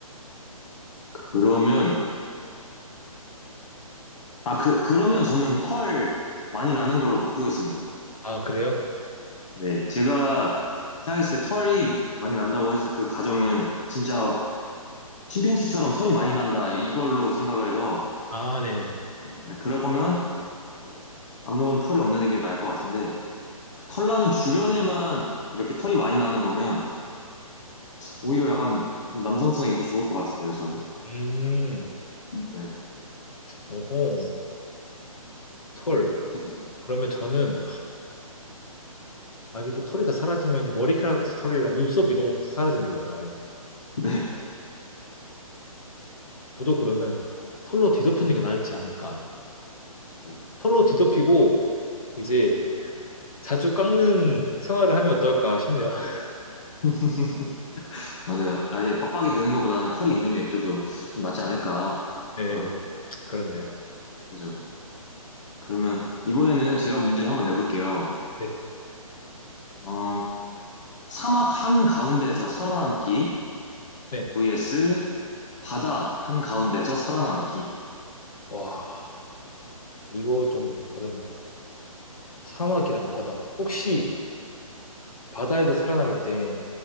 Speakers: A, on the left (about 55°); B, on the left (about 75°).
A: 그러면, 아, 그, 그러면 저는 털 많이 나는 걸로 바꾸겠습니다.
B: 아, 그래요?
A: 네, 제가 생각했을 때 털이 많이 난다고 해서 그 가정은 진짜 침팬지처럼 털이 많이 난다, 이걸로 생각을 해서,
B: 아, 네네.
A: 네, 그럴 거면, 어, 아무 털이 없는 게 나을 것 같은데, 그 털나는 주변에만 이렇게 털이 많이 나는 거면 오히려 약간 좀 남성성 있고 좋을 것 같은데요, 저는.
B: 음,
A: 네.
B: 오호, 털.
A: <laughs>
B: 그러면 저는, 아, 이게 또 털이 다 사라지면 머리카락 털이랑 눈썹 이런 것도 사라지는 거잖아요.
A: 네.
B: 저도 그러면 털로 뒤덮이는 게 나을지 않을까.
A: 그죠.
B: 털로 뒤덮이고, 이제 자주 깎는 생활을 하면 어떨까 싶네요. <laughs>
A: <laughs> 맞아요. 아예 빡빡이 드는 것보다는 털이 있는 게 그래도 좀 낫지 않을까.
B: 네,
A: 어,
B: 그렇네요.
A: 그죠. 그러면 이번에는 제가 문제를 한번 내볼게요.
B: 네,
A: 어, 사막 한 가운데서 살아남기
B: 네.
A: vs 바다 한 가운데서 살아남기.
B: 와, 이거 좀 어렵네요. 사막이랑 바다. 혹시 바다에서 살아남을 때